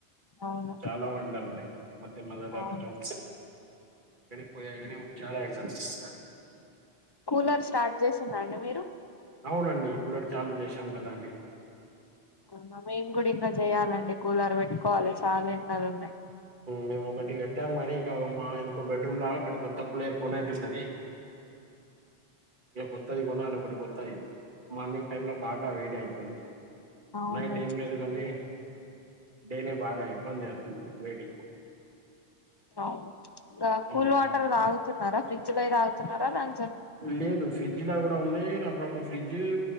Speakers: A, on the left (about 40°); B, on the right (about 50°).
A: అవును
B: చాలా ఎండలు ఉన్నాయి మధ్య మద్దెల
A: అవునా
B: కొంచెం సు <inaudible> పోయిగానే చాలా ఎండలు ఉన్నాయ్ ఈ సారి
A: కూలర్ స్టార్ట్ చేసి రండి మీరు
B: అవునండి. కూలర్ చాలు చేశాం కదాండి
A: అవున మేము కూడా ఇంకా చెయాలండి కూలర్ పెట్టుకోవాలి చాలా ఎండలు ఉన్నాయి
B: మేము ఒకటికి పెట్టాము కానీ ఇక మా ఇంకో బెడ్ రూమ్ లో ఒకటి కొత్త కుల కొనేది ఉన్నది ఇగా కొత్తది కొనాలి ఒకటి కొత్తది మార్నింగ్ టైమ్ లో బాగా వేడి అయితుంది
A: అవునండి
B: నైట్ ఏం లేదు కానీ డేనే బాగా ఇబ్బంది అవుతుంది వేడి
A: అవును గా
B: హ్మ్.
A: కూల్ వాటర్ తా న్నారా ఫ్రిడ్జ్ లాయి తాగుతున్నారా రంజాన్
B: లేదు ఫ్రిడ్జ్ లా కూ ఇ ఉన్నాయి అప్పుడప్పుడు ఫ్రిడ్జ్